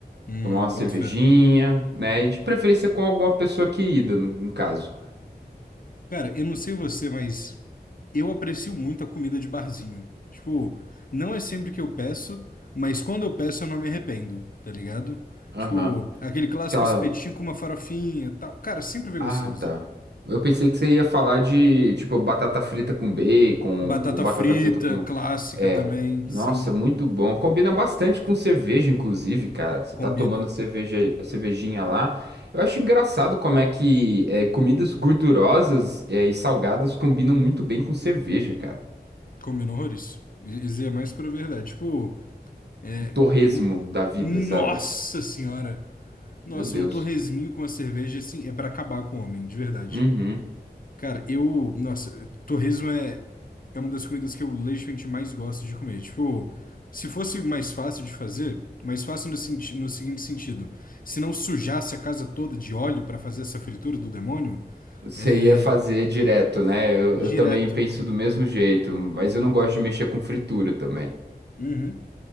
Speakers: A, on the left (about 55°); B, on the right (about 85°).
A: Hum,
B: Tomar uma cervejinha,
A: boto fé.
B: né? E de preferência com alguma pessoa querida, no no caso.
A: Cara, eu não sei você, mas eu aprecio muito a comida de barzinho. Tipo, não é sempre que eu peço, mas quando eu peço eu não me arrependo, tá ligado?
B: Aham.
A: Tipo, aquele clássico
B: Aquela.
A: espetinho com uma farofinha, tal. Cara, sempre vem
B: Ah,
A: gostoso.
B: tá. Eu pensei que você ia falar de, tipo, batata frita com bacon,
A: Batata
B: ou batata
A: frita,
B: frita com.
A: clássica
B: É.
A: também,
B: Nossa,
A: sim,
B: muito bom. Combina bastante com cerveja, inclusive, cara. Você
A: combina.
B: tá tomando a cerveja, a cervejinha lá. Eu acho engraçado como é que é, comidas gordurosas é, e salgadas combinam muito bem com cerveja, cara.
A: Combina horrores. Isso é mais pra verdade. Tipo, é,
B: Um torresmo
A: o-
B: da vida,
A: nossa
B: sabe?
A: senhora! Nossa,
B: Meu Deus.
A: um torresminho com a cerveja, assim, é pra acabar com o homem, de verdade.
B: Uhum.
A: Cara, eu. Nossa, torresmo é, é uma das comidas que eu legitimamente mais gosto de comer. Tipo, se fosse mais fácil de fazer, mais fácil no, senti- no seguinte sentido: se não sujasse a casa toda de óleo pra fazer essa fritura do demônio,
B: Você
A: é.
B: ia fazer direto, né? Eu,
A: Direto.
B: eu também penso do mesmo jeito, mas eu não gosto de mexer com fritura também.
A: Uhum.